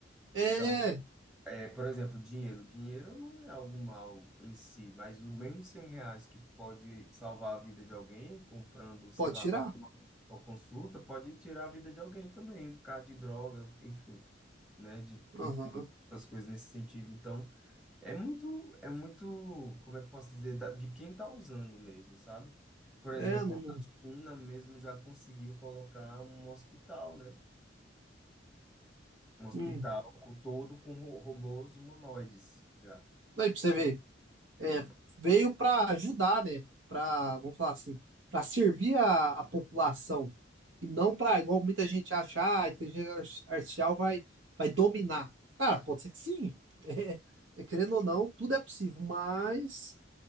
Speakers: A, on the right (about 75°); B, in the centre.
A: É,
B: Então, é, por exemplo, dinheiro. Dinheiro não é algo mal em si, mas o mesmo 100 reais que pode salvar a vida de alguém, comprando, sei
A: pode
B: lá,
A: tirar.
B: pagando uma consulta, pode tirar a vida de alguém também, por causa de droga, enfim, né? De, enfim,
A: Aham.
B: essas coisas nesse sentido. Então, é muito, é muito, como é que eu posso dizer, da- de quem está usando mesmo, sabe? Por exemplo,
A: É, não.
B: a China mesmo já conseguiu colocar um hospital, né? Um hospital
A: não-
B: co- todo com ro- robôs humanoides já.
A: Aí pra você ver, é,
B: É.
A: veio pra ajudar, né? Pra, vamos falar assim, pra servir a, a população. E não pra, igual muita gente acha, ah, a inteligência ar- artificial vai, vai dominar. Cara, pode ser que sim. <laughs> É, é, querendo ou não, tudo é possível, mas